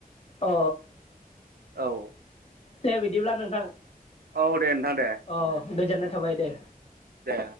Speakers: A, on the left; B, on the right.
A: अ
B: औ
A: दे बिदिब्ला नोंथां
B: औ दे नोंथां दे
A: अ गोजोननाय थाबाय दे।
B: दे।